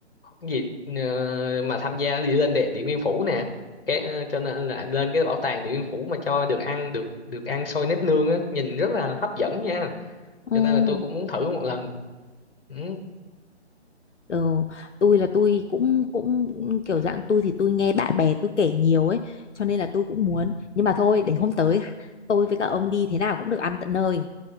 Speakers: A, on the left (about 55°); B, on the left (about 80°).
A: cái gì ờ, mà tham gia đi lên Điện, Điện Biên Phủ nè cái ờ, cho nên là lên cái bảo tàng Điện Biên Phủ mà cho được ăn được được ăn xôi nếp nương á nhìn rất là hấp dẫn nha
B: ừ.
A: cho nên là tôi cũng muốn thử một lần ừ.
B: Ờ, tôi là tôi cũng cũng kiểu dạng tôi thì tôi nghe bạn bè tôi kể nhiều ấy cho nên là tôi cũng muốn
A: ừ,
B: nhưng mà thôi để hôm tới tôi với cả ông đi thế nào cũng được ăn tận nơi